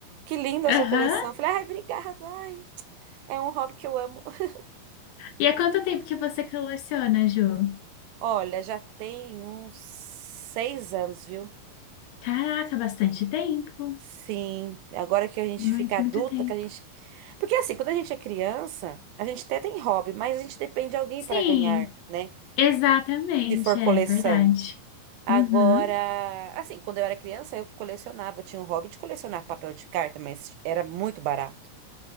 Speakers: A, on the right (about 80°); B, on the left (about 75°).
A: que linda
B: Aham.
A: a sua coleção. Eu falei, ai, obrigado, ai, é um hobby que eu amo. <laughs>
B: E há quanto tempo que você coleciona, Ju?
A: Olha, já tem uns seis anos, viu?
B: Caraca, bastante tempo.
A: Sim, agora que a gente
B: Muito,
A: fica adulta,
B: muito tempo.
A: que a gente. Porque assim, quando a gente é criança, a gente até tem hobby, mas a gente depende de alguém
B: Sim,
A: para ganhar, né?
B: exatamente,
A: Se for
B: é
A: coleção.
B: verdade.
A: Agora,
B: Uhum.
A: assim, quando eu era criança, eu colecionava, eu tinha o hobby de colecionar papel de carta, mas era muito barato.